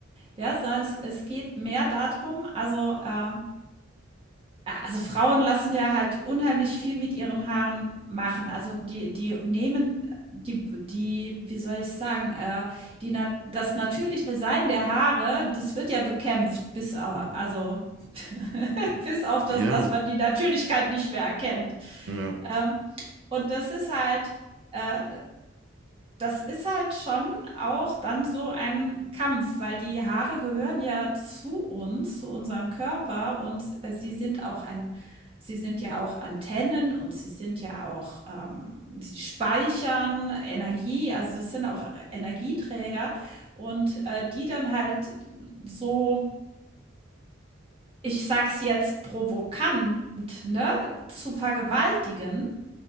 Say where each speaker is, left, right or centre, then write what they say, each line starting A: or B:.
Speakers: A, on the right (about 30°); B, on the right (about 70°).
A: Ja, sondern es, es geht mehr darum, also ähm, A also, Frauen lassen ja halt unheimlich viel mit ihren Haaren machen. Also, die die nehmen die die wie soll ich sagen, äh, die nat das natürliche Sein der Haare, das wird ja bekämpft bis au
B: mhm.
A: also <laughs> bis auf das,
B: ja,
A: dass man die Natürlichkeit nicht mehr erkennt.
B: ja,
A: Ähm, und das ist halt äh, das ist halt schon auch dann so ein Kampf, weil die Haare gehören ja zu uns, zu unserem Körper und, äh, sie sind auch ein sie sind ja auch Antennen und sie sind ja auch ähm, sie speichern Energie, also das sind auch Energieträger und, äh, die dann halt so, ich sag's jetzt provokant, ne, zu vergewaltigen,